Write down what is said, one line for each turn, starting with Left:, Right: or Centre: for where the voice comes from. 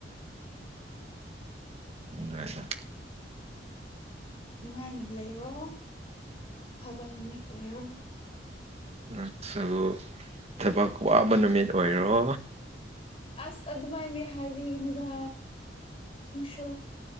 Right: ꯏꯗ꯭ꯔꯁ
Left: ꯅꯨꯡꯉꯥꯏꯅ ꯂꯩꯔꯣ ꯐꯕ ꯅꯨꯃꯤꯠ ꯑꯣꯏꯔꯣ
Right: ꯅꯛꯕꯨ ꯊꯕꯛ ꯋꯥꯕ ꯅꯨꯃꯤꯠ ꯑꯣꯏꯔꯣ
Left: ꯑꯁ ꯑꯗꯨ ꯑꯗꯨꯃꯥꯏꯅꯦ ꯍꯥꯏꯕꯤ ꯅꯨꯗ ꯁꯣ